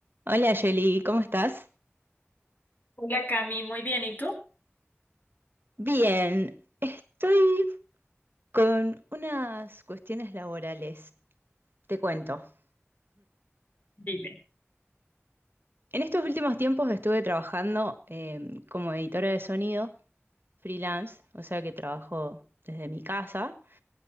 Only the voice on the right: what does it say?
Hola Yoli, ¿cómo estás?
Bien, estoy con unas cuestiones laborales. Te cuento. <laughs>
En estos últimos tiempos estuve trabajando eh, como editora de sonido, freelance, o sea que trabajo desde mi casa.